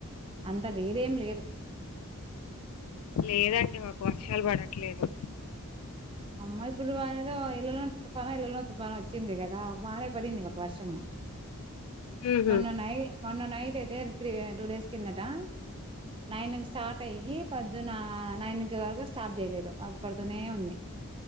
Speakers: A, on the right; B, on the left.
A: అంత వేరేం లేదు
B: లేదండి మాకు వర్షాలు పడట్లేదు
A: అమ్మా ఇప్పుడుఅదిఎదో ఇళ్లలో తుఫాను ఇళ్ళన తుఫాన వచ్చింది కదా బానే పడింది మాకు వర్షము
B: హుహు.
A: మొన్న నైట్ మొన్న నైట్ అయితే త్రీ టూ డేస్ కిందట నైన్కి స్టార్ట్ అయ్యి పొద్దున నైన్ ధర్టీ వరకు స్టాప్ చేయలేదు పడుతూనె ఉంది